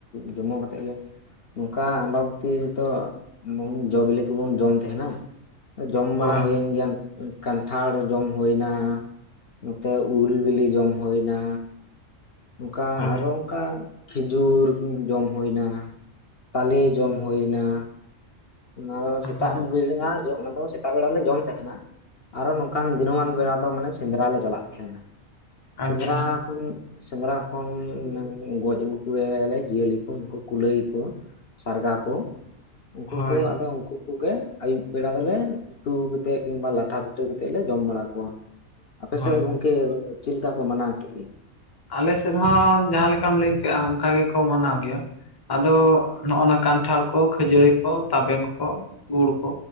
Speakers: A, on the left; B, on the left.
A: ᱡᱚᱢᱚᱠ ᱠᱟᱛᱮᱫ ᱜᱮ ᱱᱚᱝᱠᱟ ᱟᱢᱵᱟᱵᱚᱛᱤ ᱨᱮᱛᱚ ᱡᱚ ᱵᱤᱞᱤ ᱠᱚᱵᱚᱱ ᱡᱚᱢ ᱛᱟᱦᱮᱱᱟ ᱡᱚᱢ ᱵᱟᱲᱟ
B: ᱦᱳᱭ
A: ᱦᱩᱭ ᱜᱮᱭᱟ ᱠᱟᱱᱴᱷᱟᱲ ᱡᱚᱢ ᱦᱩᱭ ᱮᱱᱟ ᱱᱚᱛᱮ ᱩᱞ ᱵᱤᱞᱤ ᱡᱚᱢ ᱦᱩᱭ ᱮᱱᱟ ᱱᱚᱝᱠᱟ
B: ᱦᱳᱭ
A: ᱟᱨᱚ ᱱᱚᱱᱠᱟ ᱠᱷᱮᱡᱩᱨ ᱡᱚᱢ ᱦᱩᱭ ᱮᱱᱟ ᱛᱟᱞᱮ ᱡᱚᱢ ᱦᱩᱭ ᱮᱱᱟ ᱚᱱᱟ ᱫᱚ ᱥᱮᱛᱟᱜ
B: ᱦᱳᱭ
A: ᱵᱮᱲᱟ ᱚᱱᱟ ᱫᱚ ᱥᱮᱛᱟᱜ ᱵᱮᱲᱟ ᱞᱮ ᱡᱚᱢ ᱛᱟᱦᱮᱱᱟ ᱟᱨᱚ ᱱᱚᱝᱠᱟᱱ ᱫᱤᱱᱹᱢᱟᱱ ᱵᱮᱲᱟ ᱫᱚ ᱢᱟᱱᱮ ᱥᱮᱸᱫᱽᱨᱟ ᱞᱮ ᱪᱟᱞᱟᱜ ᱛᱟᱦᱮᱱᱟ ᱥᱮᱸᱫᱽᱨᱟ
B: ᱟᱪᱪᱷᱟ
A: ᱠᱷᱚᱱ ᱥᱮᱸᱫᱽᱨᱟ ᱠᱷᱚᱱ ᱜᱚᱡ ᱟᱹᱜᱩ ᱠᱚᱭᱟᱞᱮ ᱡᱤᱭᱟᱹᱞᱤ ᱠᱚ ᱩᱱᱠᱩ ᱠᱩᱞᱟᱹᱭᱟ ᱠᱚ ᱥᱟᱨᱜᱟ ᱠᱚ ᱩᱱ
B: ᱦᱳᱭ
A: ᱠᱩ ᱟᱫᱚ ᱩᱱᱠᱩ ᱠᱚᱜᱮ ᱟᱹᱭᱩᱵ ᱵᱮᱲᱟ ᱫᱚᱞᱮ ᱩᱛᱩᱛᱮᱫ ᱠᱤᱱᱵᱟ ᱞᱟᱴᱷᱟ ᱪᱷᱩᱴᱟᱹᱣ ᱠᱟᱛᱮᱫ ᱞᱮ ᱡᱚᱢ ᱵᱟᱲᱟ ᱠᱚᱣᱟ ᱟᱯᱮᱥᱮᱫ
B: ᱦᱳᱭ
A: ᱜᱚᱝᱠᱮ ᱪᱮᱫ ᱞᱮᱠᱟ ᱠᱚ ᱢᱟᱱᱟᱣ ᱠᱮᱫ ᱜᱮᱭᱟ
B: ᱟᱞᱮᱥᱮᱫ ᱦᱚᱸ ᱡᱟᱦᱟᱸ ᱞᱮᱠᱟᱢ ᱞᱟᱹᱭᱠᱟᱜᱼᱟ ᱚᱱᱠᱟ ᱜᱮᱠᱚ ᱢᱟᱱᱟᱣ ᱜᱮᱭᱟ ᱟᱫᱚ ᱱᱚᱜᱚ ᱱᱟ ᱠᱟᱱᱴᱷᱟᱲ ᱠᱚ ᱠᱷᱟᱹᱡᱟᱹᱲᱤ ᱠᱚ ᱛᱟᱵᱮᱱ ᱠᱚ ᱜᱩᱲ ᱠᱚ